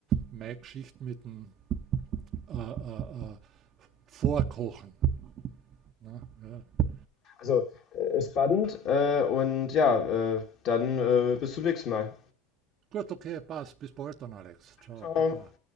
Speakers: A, on the right; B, on the left.
A: meine Geschichte mit dem äh, äh, äh, Vorkochen. Na, ja.
B: Also, äh, ist spannend äh, und ja, äh, dann äh, bis zum nächsten Mal.
A: Gut, okay, passt. Bis bald dann, Alex. Ciao,
B: Ciao.
A: Baba.